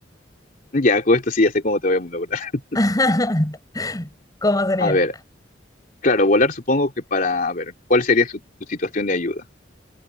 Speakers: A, on the left; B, on the left.
A: Ya, con esto sí ya sé cómo te voy a lograr. <laughs>
B: <laughs> ¿Cómo sería?
A: A ver, claro, volar supongo que para, a ver, ¿cuál sería su, su situación de ayuda?